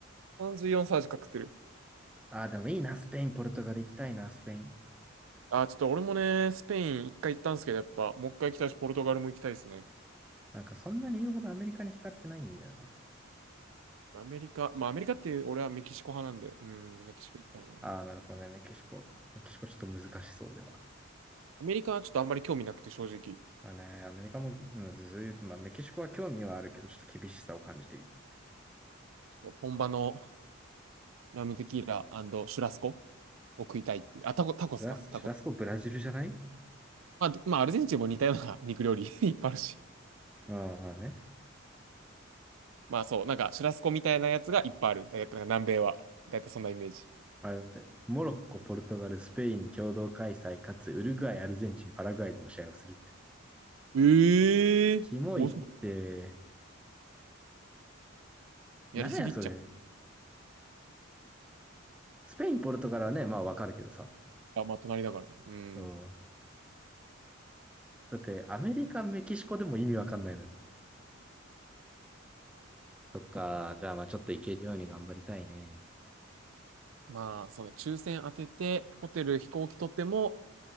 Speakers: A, on the right; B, in the centre.
A: 34サウジかくってる。
B: あー、でもいいな。スペイン、ポルトガル行きたいな、スペイン。
A: あ、ちょっと俺もね、スペイン一回行ったんですけど、やっぱ、もう一回行きたいし、ポルトガルも行きたいですね。
B: なんか、そんなに言うほどアメリカに惹かれてないんだよな。
A: アメリカ、まあアメリカって俺はメキシコ派なんで、うん、メキシコ行きたいな。ア
B: ああ、なるほどね。メキシコ。メキシコちょっと難しそうでは。
A: メリカはちょっとあんまり興味なくて、正直。ち
B: まあね、アメリカも、うんそういう、まあ、メキシコは興味はあるけど、ちょっと厳しさを感じている。
A: ょっと本場のラムテキーラシュラスコを食いたいっていう。あ、タコ、タコスか。
B: シラス、シラスコブラジルじゃない
A: タコまあ、どまあ、アルゼンチンも似たような肉料理 <laughs> いっぱいあるし。
B: うん、まあね。
A: まあそう、なんかシュラスコみたいなやつがいっぱいある。だいたい南米は。だいたいそんなイメージ。
B: あれだって、モロッコ、ポルトガル、スペイン共同開催、かつウルグアイ、アルゼンチン、パラグアイでも試合をするって。
A: ええお、
B: キモいって、
A: やりすぎっちゃ
B: なんやそれ。スペイン、ポルトガルはね、まあわかるけどさ。
A: う。あ、まあ隣だからね。うん。
B: うん。だって、アメリカ、メキシコでも意味わかんないのに。そっか。じゃあまあちょっといけるように頑張りたいね。
A: まあそうね、抽選当てて、ホテル飛行機取っても